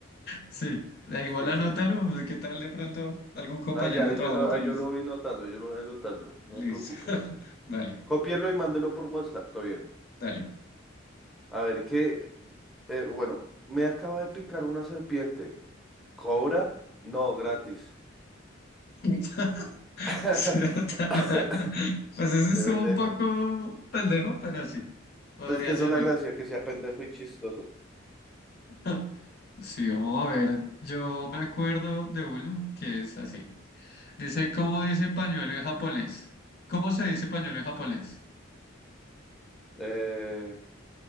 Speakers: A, on the left; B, in the centre.
A: Sí, da igual
B: Sí,
A: anótalo,
B: sí, sí.
A: de qué tal de pronto algún compañero
B: Ay, ya,
A: de trabajo
B: yo lo,
A: te
B: ah, yo
A: guste.
B: lo voy notando, yo lo voy notando, no
A: Listo.
B: me preocupe.
A: <laughs> Dale,
B: Cópielo y mándelo por WhatsApp, todo bien.
A: dale.
B: A ver, qué, eh, bueno, me acaba de picar una serpiente. ¿Cobra? No, gratis.
A: <laughs>
B: <laughs>
A: Sí, <laughs> Pues ese
B: Qué
A: estuvo
B: pendeja.
A: un poco pendejo, pero sí, podría
B: ¿Ves que esa
A: servir.
B: es la gracia? Que sea pendejo y chistoso.
A: <laughs> Sí, vamos a ver. Yo me acuerdo de uno que es así. Dice, ¿cómo dice pañuelo en japonés? ¿Cómo se dice pañuelo en japonés?
B: Eh,